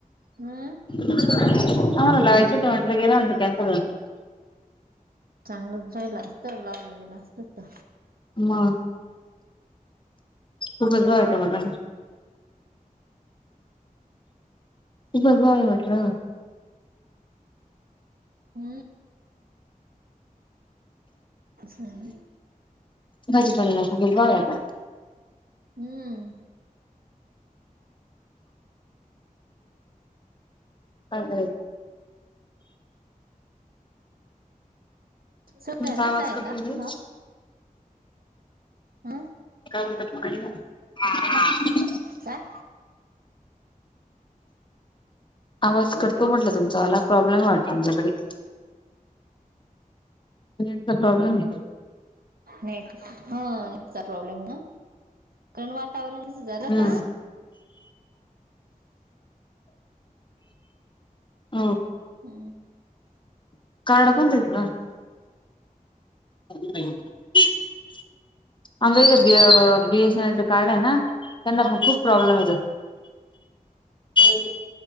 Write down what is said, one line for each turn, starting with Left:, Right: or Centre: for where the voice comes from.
Right: हम्म
Left: आम्हाला लावायचे होते. गेल म्हटलं कॅन्सल होऊन.
Right: चांगलं झाल असतं, लावलगेल असत त.
Left: म. खूपच भावे टमाट्याला. खूपच भावे म्हटलं.
Right: हम्म. असं <unintelligible>
Left: भाजीपाल्याला खूपच भावे आता.
Right: हम्म.
Left: काय करायच.
Right: सगळ्यालच
Left: तुमचा आवाज
Right: हाय
Left: कट
Right: का
Left: होतोय
Right: भाव. अ.
Left: काऊ दप ग <unintelligible>
Right: काय?
Left: आवाज कटतो म्हटलं तुमचावाला. प्रॉब्लेम वाटत तुमच्याकडे. का नेट चा प्रॉब्लेमे.
Right: नेट ह नेटचा प्रॉब्लेमे. अ कारण वातावरण तस झालं
Left: हम्म
Right: का?
Left: हो
Right: हम्म
Left: कारड कोणतेत ना? <unintelligible> आच बीएसएनच कारण आहे ना त्यांना पण खूप प्रॉब्लेम येतो. काय?